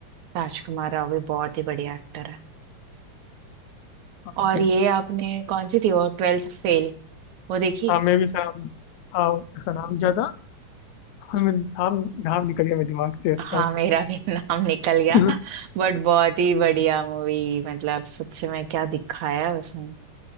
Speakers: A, on the right; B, on the left.
A: राजकुमार राव भी बहुत ही बढ़िया एक्टर है
B: हाँ,
A: और
B: फिर
A: ये आपने कौन सी थी वो ट्वेल्थ फेल वो देखी
B: हाँ मैं भी सर हाँ उसका नाम क्या था हमें
A: उस-
B: नाम नाम निकल गया मेरे दिमाग से इसका
A: हाँ मेरा भी <laughs> नाम निकल गया
B: <laughs> मतलब
A: बट बहुत ही बढ़िया मूवी मतलब सच में क्या दिखाया है उसमें